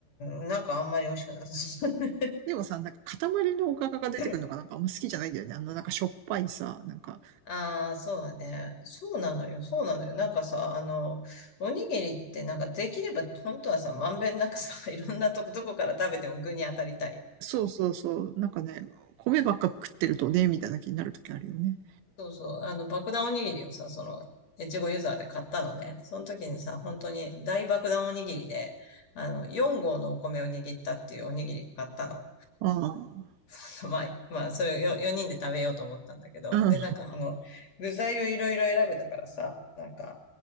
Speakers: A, on the left (about 40°); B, on the right (about 85°).
A: ん、なんかあんまり美味しくなさそうね。
B: でもさ、なんか塊のおかかが出てくるのがなんかあんま好きじゃないんだよね。
A: <laughs>
B: あの、なんかしょっぱいさ、なんか
A: ああ、そうだね。そうなのよ、そうなのよ。なんかさ、あの、おにぎりってなんかできれば、本当はさ、まんべんなくさ、<laughs> いろんなとこ、どこから食べても具に当たりたいよね
B: そうそうそう。なんかね、米ばっか食ってるとね、みたいな気になるときあるよね。
A: そうそう、あの、爆弾おにぎりをさ、その、越後ユーザーで買ったのね。その時にさ、本当に大爆弾おにぎりで、あの、4合のお米を握ったっていうおにぎり買ったの。
B: うん。あ
A: <laughs> まあ、まあ、それを4人で食べようと思ったんだけど。
B: あ。うん。
A: で、なんか、あの、具材をいろいろ選べたからさ、なんか、